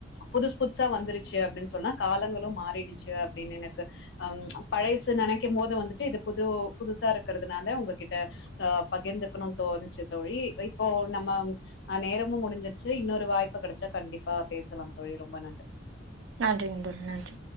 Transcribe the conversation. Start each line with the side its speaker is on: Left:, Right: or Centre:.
Left: புதுசுபுதுசா வந்துருச்சு அப்டின்னு சொன்னா காலங்களு மாறிடுச்சு அப்டின்னு எனக்கு அ ம் பழைசு நெனைக்கும் போது வந்துட்டு இது புது புதுசா இருக்கிற துனால உங்ககிட்ட அ பகிர்ந்துக்கணுனு தோணுச்சு தோழி இப்போ நம்ம ஆ நேரமு முடிஞ்சிருச்சு இன்னொரு வாய்ப்பு கெடைச்சா கண்டிப்பா பேசலா தோழி ரொம்ப நன்றி
Right: நன்றிங்க தோழி நன்றி